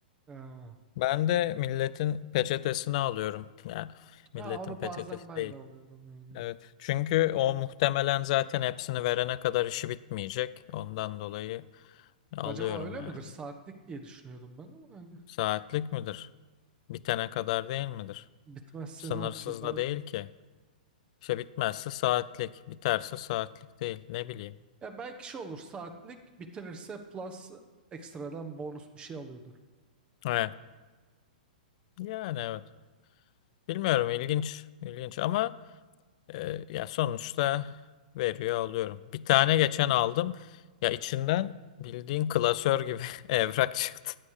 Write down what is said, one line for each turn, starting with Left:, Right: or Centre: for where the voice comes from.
Right: Ha.
Left: Ben de milletin peçetesini alıyorum. Yani milletin
Right: Ha, onu
Left: peçetesi
Right: bazen ben
Left: değil.
Right: de alıyorum yani.
Left: Evet. Çünkü o muhtemelen zaten hepsini verene kadar işi bitmeyecek. Ondan dolayı alıyorum
Right: Acaba öyle
Left: yani.
Right: midir? Saatlik diye düşünüyordum ben ama yani
Left: Saatlik midir? Bitene kadar değil midir?
Right: bitmezse
Left: Sınırsız
Right: ne yapacak abi?
Left: da değil ki. İşte bitmezse saatlik, biterse saatlik değil. Ne bileyim.
Right: Ya belki şey olur saatlik bitirirse plus ekstradan bonus bir şey alıyordur.
Left: Evet. Yani evet. Bilmiyorum ilginç, ilginç ama e, ya sonuçta veriyor alıyorum. Bir tane geçen aldım. Ya içinden bildiğin klasör gibi <laughs> evrak çıktı.